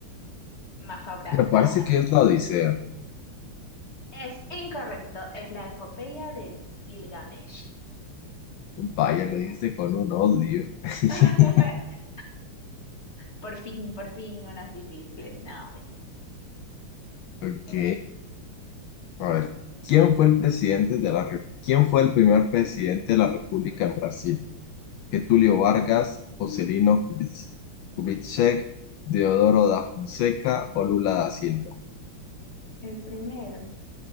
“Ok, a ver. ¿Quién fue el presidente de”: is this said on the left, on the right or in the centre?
Left